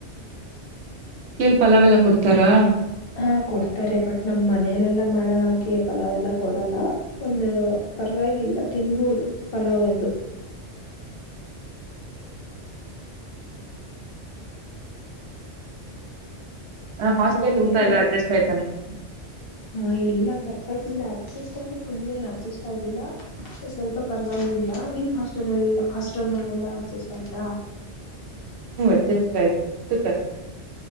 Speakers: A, on the right; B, on the left.
A: ಪಲಾವೆಲ್ಲ ಕೊಡ್ತಾರಾ
B: ಹಾ ಕೊಡ್ತಾರೆ ಬಟ್ ನಮ್ ಮನಲೆಲ್ಲಾ ಮಾಡ ಹಾಗೆ ಪಲಾವೆಲ್ಲ ಕೊಡಲ್ಲ ಒಂದು ಪರವಾಗಿಲ್ಲ ತಿನ್ಬಹುದು ಪಲಾವ್ ಎಂದು
A: <unintelligible> ಹ ಹಾಸ್ಟ್ಲ್ಲಿ
B: ಆ
A: ಊಟ ಎಲ್ಲ ಅಡ್ಜಸ್ ಆಯತಾ ನಿಮ್ಗೆ
B: ಹಾ ಇಲ್ಲ ಪರವಾಗಿಲ್ಲ ಅಡ್ಜಸ್ಟ್ೊಂಡ್ರು ಫುಲ್ ಏನು ಅಡ್ಜಸ್ಟ್ ಆಗಿಲ್ಲ ಸ್ವಲ್ಪ ಪರವಾಗಿಲ್ಲ ನಿಮ್ ಹಾಸ್ಟೆಲ್ ಹಾಸ್ಟೆಲ್ ನ ಎಲ್ಲಾ ಅಡ್ಜಸ್ಟ್ ಆಯ್ತಾ
A: ಹ್ಮ ಅಜಷ್ಟ ಆಯ್ತು ಅಷ್ಟು ಕಷ್ಟೇ